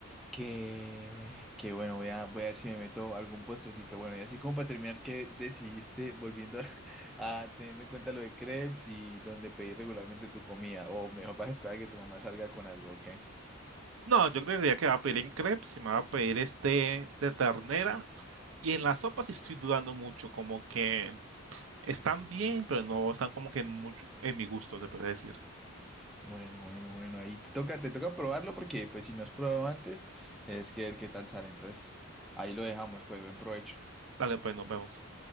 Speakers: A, in the centre; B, on the right.
A: Que, que bueno, voy a, voy a ver si me meto algún postrecito. Bueno, y así como para terminar, ¿qué decidiste volviendo <laughs> a, teniendo en cuenta lo de crepes y donde pedís regularmente tu comida? O mejor vas a esperar a que tu mamá salga con algo, ¿ok?
B: No, yo creería que va a pedir en crepes y me va a pedir este de ternera. Y en la sopa sí estoy dudando mucho, como que están bien, pero no están como que en mucho en mi gusto, se puede decir.
A: Bueno, bueno, bueno, ahí te toca, te toca probarlo porque pues si no has probado antes, tienes que ver qué tal sale. Entonces, ahí lo dejamos, pues buen provecho.
B: Dale, pues nos vemos.